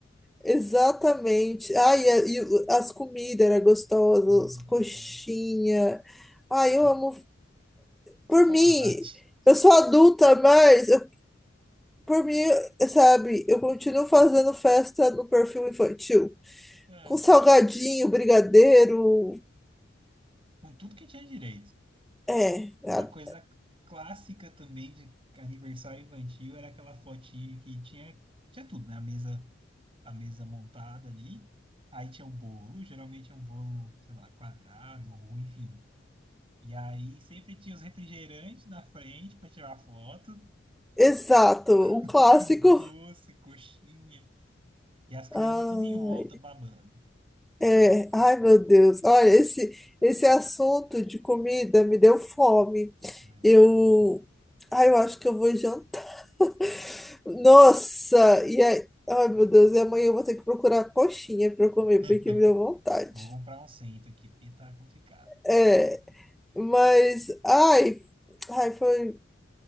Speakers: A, in the centre; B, on the right (about 30°).
A: Exatamente. ai e, e as comidas eram gostosas,
B: Ai,
A: coxinha.
B: de fala.
A: Ai, eu amo
B: Saudade.
A: Por mim,
B: <laughs>
A: eu sou adulta, mas eu- por mim, sabe, eu continuo fazendo festa no perfil infantil.
B: É,
A: Com salgadinho, brigadeiro.
B: com tudo que tinha direito.
A: É, é,
B: Uma coisa clássica também de aniversário infantil era aquela fotinha que tinha, tinha tudo, né? A mesa a mesa montada ali. Aí tinha o bolo, geralmente é um bolo, sei lá, quadrado ou enfim. E aí sempre tinha os refrigerantes na frente para tirar foto,
A: exato, um
B: <laughs>
A: clássico.
B: com doce, coxinha, e as crianças
A: Ah,
B: tudo em volta babando.
A: É, ai meu Deus, olha, esse, esse assunto de comida me deu fome.
B: Ah, é verdade.
A: Eu, ai, eu acho que eu vou jantar. <laughs> Nossa, e aí, ai meu Deus, e amanhã eu vou ter que procurar coxinha para comer,
B: <laughs>
A: porque me deu vontade.
B: Eu Vou comprar um cento aqui, porque tá complicado.
A: É, mas, ai, ai, foi,